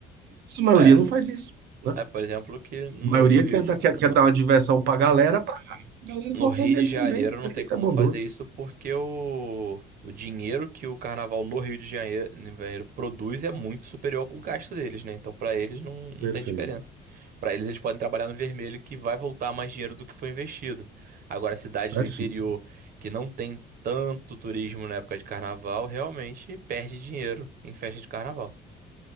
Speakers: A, on the right; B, on the right.
A: Mas A maioria
B: é
A: não faz isso. né?
B: É, por exemplo, que no,
A: A maioria
B: no Rio
A: quer, dar-
B: de,
A: quer, quer
B: no,
A: dar uma diversão pra galera, pra galera
B: no
A: votar
B: Rio
A: neles
B: de Janeiro
A: também. Prefeito
B: não tem como
A: é bondoso.
B: fazer isso porque o, o dinheiro que o carnaval no Rio de Janeiro, Janeiro produz é muito superior ao gasto deles, né? Então, pra eles não, não
A: Perfeito.
B: tem diferença. Pra eles, eles podem trabalhar no vermelho que vai voltar mais dinheiro do que foi investido. Agora, cidades
A: Certíssimo.
B: do interior que não tem tanto turismo na época de carnaval, realmente perde dinheiro em festa de carnaval.